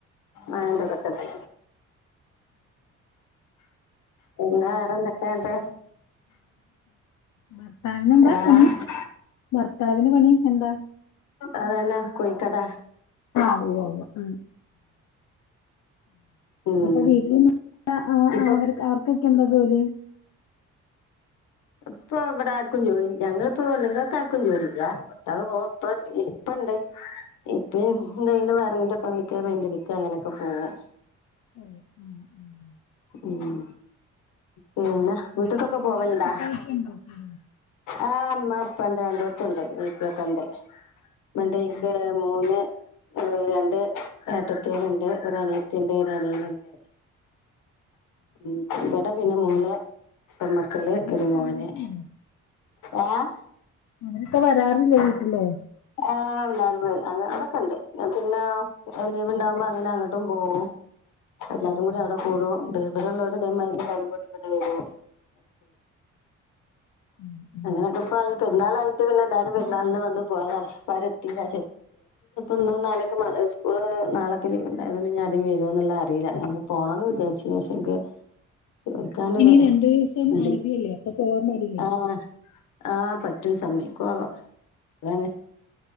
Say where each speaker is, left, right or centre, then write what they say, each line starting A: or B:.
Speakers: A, on the left; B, on the left.
A: ആ ഇതൊക്കെത്തന്നെ. പിന്നാ വേറെന്തൊക്കെണ്ട്
B: ഭർത്താവിന് എന്താ
A: ആഹ്
B: പണി ഭർത്താവിന് പണി എന്താ?
A: അതന്നെ കോഴിക്കട
B: ആ ഉവ്വ ഉവ്വ.
A: ഉം
B: അപ്പൊ വീട്ടിൽ അവർക്ക്
A: ഇപ്പൊ
B: അവർക്കൊക്കെ എന്താ ജോലി?
A: ഇപ്പൊ ഇവിടെ ആർക്കും ജോലി ഞങ്ങളിപ്പോ പെണ്ണുങ്ങക്ക് ആർക്കും ജോലില്ല ഭർത്താവ് പോവും ഇപ്പ ഇപ്പ ണ്ട് ഇപ്പ എന്തായലും വയറിന്റെ പണിക്ക പെയ്ന്റടിക്ക് അങ്ങനൊക്കെ പോവും.
B: <inaudible>
A: ഉം. പിന്നെ വീട്ടക്കൊക്കെ
B: ഇത് ഉമ്മായും
A: പോവലണ്ടാ?
B: പപ്പായൊക്കെ ഉണ്ടോ കൂടെ?
A: ആ മ്മ പ്പ രണ്ടോടതും ഉണ്ട് വീട്ടിലൊക്കെ ഉണ്ട് മിണ്ടനിക്ക്
B: ഉം, ഉം, ഉം.
A: മൂന്ന് രണ്ട് ഏട്ടത്തികളുണ്ട് ഒരു അനിയത്തിയ ഉണ്ട് ഒരു അനിയനുണ്ട്. ഉം ഇവിടെ പിന്നെ മൂന്ന് പെൺമക്കൾ
B: അവരൊക്കെ
A: ഒരു
B: വരാറില്ലേ?
A: മോന്. ഏഹ്
B: അവരൊക്കെ വരാറില്ലേ വീട്ടില്.
A: ഏ എല്ലാരും വരുംഅതൊക്കെ ഉണ്ട് ഞാൻ പിന്ന ലീവ് ഉണ്ടാവുമ്പോ അങ്ങനെ അങ്ങനെ അങ്ങോട്ടും പോവും എല്ലാരും
B: ഉം,
A: കൂടി അവിടെ കൂടും. ഇവിടെ ഉള്ളവർ ഇതേമാതിരി എല്ലാരും കൂടി ഇവിടെ വരും.
B: ഉം, ഉം.
A: അങ്ങനെയൊക്കെ ഇപ്പയി പെരുന്നലായിട്ട് പിന്നെ എല്ലാരും പെരുന്നാളിന് വന്നു. പി പോയതാ ആരും എത്തീല ഇന്നും നാളെ സ്കൂള് നാളൊക്കെ ലീവ് ഉണ്ടായതുകൊണ്ട് ഞാൻ വരോന്നു അറീല അറിയില്ല പോണംന്ന് വിചാരിച്ചന ശേ എനിക്ക് ചോദിക്കാനൊരു
B: ഇനി രണ്ടു ദിവസം
A: മടി
B: അവധിയല്ലേ അപ്പൊ പോവാൻ പാടില്ലേ.
A: ആഹ് ആഹ് പറ്റൂ സമ്മായിക്കോവോ? അതാണ്